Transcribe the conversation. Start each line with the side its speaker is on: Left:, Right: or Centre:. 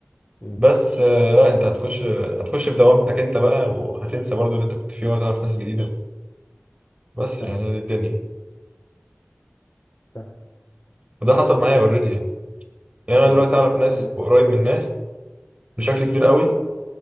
Left: امم
Right: بس آه، لا انت هتخش هتخش في دوامتك انت بقى وهتنسى برضو اللي انت كنت فيه وهتعرف ناس جديدة بس
Left: فاهم
Right: يعني هي دي الدنيا
Left: فاهم.
Right: وده حصل معايا اوريدي يعني يعني انا
Left: طب
Right: دلوقتي
Left: اتخطيت
Right: اعرف ناس
Left: ازاي
Right: وقريب من ناس بشكل كبير قوي